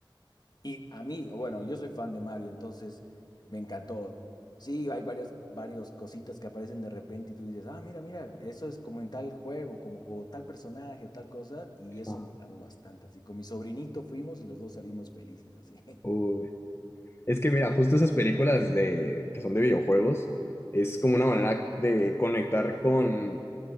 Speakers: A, on the left; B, on the left.
A: y a mí, bueno, yo soy fan de Mario, entonces me encantó. Sí, hay varias, varias cositas que aparecen de repente y tú dices, ah, mira, mira, eso es como en tal juego, como, o tal personaje, o tal cosa, y eso
B: Ajá.
A: me agradó bastante. Así, con mi sobrinito fuimos y los dos salimos felices, así.
B: Uy. Es que mira, justo esas películas de que son de videojuegos es como una manera de conectar con